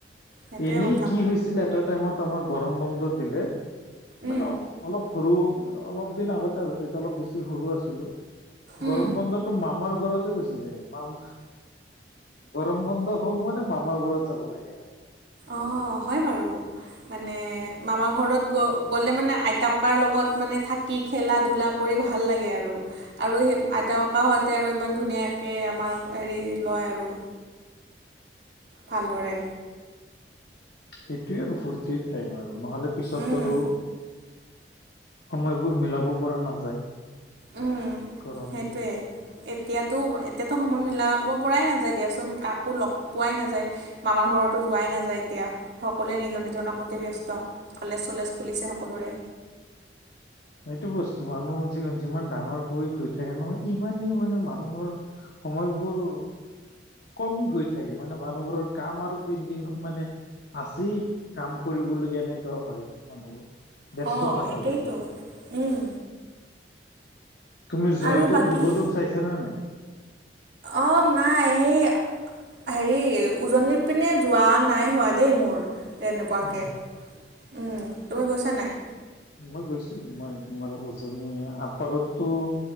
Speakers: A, on the right (about 70°); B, on the left (about 70°).
A: সেইটোৱে
B: এনেই
A: কথা।
B: <unintelligible> এটা টাইমত আমাক গৰম বন্ধ দিলে
A: উম,
B: মানে অলপ সৰু অলপ দিন আগতে আৰু যেতিয়া অলপ বেছি সৰু আছিলোঁ।
A: উম।
B: গৰম বন্ধটো মামাৰ ঘৰতে গুচি যায়। মামা গৰম বন্ধ হ'ল মানে মামাৰ ঘৰত যাব লাগে। আৰু
A: অ' হয় বাৰু। মানে মামাৰ ঘৰত গ-গ'লে মানে আইতা ককাৰ লগত মানে থাক কি খেলা ধূলা কৰি ভাল লাগে আৰু। আৰু সেই আইতা ককাহঁতে আৰু ইমান ধুনীয়াকৈ আমাক হেৰি লয় আৰু। ভালদৰে।
B: সেইটোৱে আৰু ফূৰ্তিৰ টাইম আৰু নহ'লে পিছততো
A: উম,
B: আৰু সময়বোৰ মিলাব পৰা নাযায়।
A: উম,
B: কাৰণ
A: সেইটোৱে। এতিয়াতো এতিয়াতো সময় মিলাব পৰাই নাযায় দিয়াচোন, কাকো লগ পোৱাই নাযায়। মামাৰ ঘৰতো যোৱাই নাযায় এতিয়া, সকলোৱে নিজৰ নিজৰ কামতে ব্যস্ত। কলেজ চলেজ খুলিছে সকলোৰে।
B: সেইটো বস্তু, মানুহ যি-যিমান ডাঙৰ হৈ গৈ থাকে নহয়, ইমানেই মানে মানুহৰ সময়বোৰ কমি গৈ থাকে, মানে মানুহবোৰৰ কাম আৰু পেইণ্টিং মানে আছেই কাম কৰিবলগীয়া এনেকুৱা হয় মানুহবোৰ। ব্যস্ত
A: অ'
B: থকা
A: সেইটোয়েইতো,
B: যায় বহুত
A: উম।
B: তুমি জয়দৌল,
A: আৰু বাকী
B: শিৱদৌল চাইছা নে নাই?
A: অ' নাই সেই হেৰি উজনিৰ পিনে যোৱা নাই হোৱা দেই মোৰ। তেনেকুৱাকে।
B: অ
A: উম, তুমি গৈছা নাই?
B: মই গৈছোঁ। মই তোমাৰ উজনি আপাৰতো